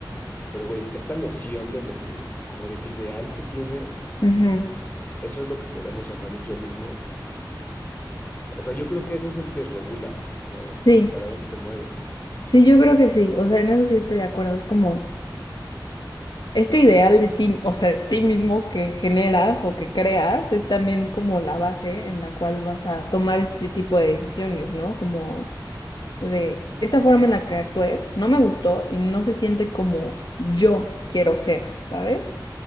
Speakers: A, on the left; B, on the left.
A: Pero, güey, esta noción de lo que, como del ideal que tienes,
B: Ujú.
A: eso es lo que podríamos llamar el yo mismo. O sea, yo creo que eso es el que regula, ¿no? Como
B: Sí,
A: para dónde te mueves.
B: sí, yo creo que sí. O sea, en eso sí estoy de acuerdo. Es como este ideal de ti, o sea, de ti mismo que generas o que creas, es también como la base en la cual vas a tomar este tipo de decisiones, ¿no? Como de esta forma en la que actué, no me gustó y no se siente como yo quiero ser, ¿sabes?